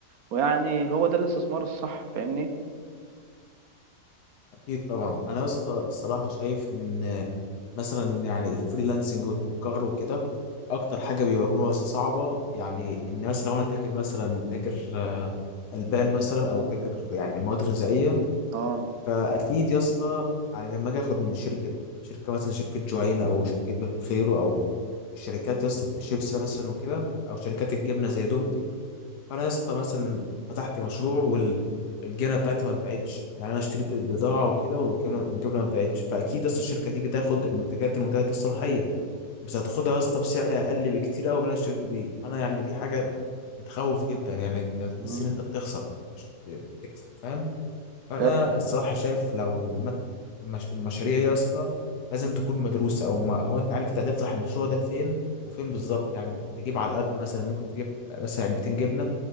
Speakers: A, on the right (about 65°); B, on the left (about 75°).
A: ويعني هو ده الاستثمار الصح فاهمني
B: اكيد طبعا انا يا اسطى الصراحه شايف ان مثلا يعني الفريلانسنج والتجار وكده اكتر حاجه بيواجهوها صعبه يعني ان مثلا لو انا تاجر مثلا تاجر البان مثلا او تاجر يعني مواد غذائيه
A: اه
B: فاكيد يا اسطى يعني لما اجي اخد من شركه شركه مثلا شركه جوعينا او شركه بخيرو او الشركات يا اسطى بتاع شيبسي مثلا وكده او شركات الجبنه زي دومتي انا يا اسطى مثلا فتحت مشروع والجبنه بتاعتي ما اتباعتش يعني انا اشتريت البضاعه وكده والجبنه والجبنه ما اتباعتش فاكيد يا اسطى الشركه هتيجي تاخد المنتجات المنتهيه الصلاحيه بس هتاخدها يا اسطى بسعر اقل بكتير قوي من اللي انا اشتريته بيه انا يعني دي حاجه بتخوف جدا يعني أنت بتحس
A: مم.
B: ان انت بتخسر مش بتكسب فاهم فانا
A: فاهم
B: الصراحه شايف لو مت- المش... المشاريع يا اسطى لازم تكون مدروسه او ما... او انت عارف انت هتفتح المشروع ده فين وفين بالظبط يعني تجيب على على قد مثلا ممكن تجيب مثلا علبتين جبنه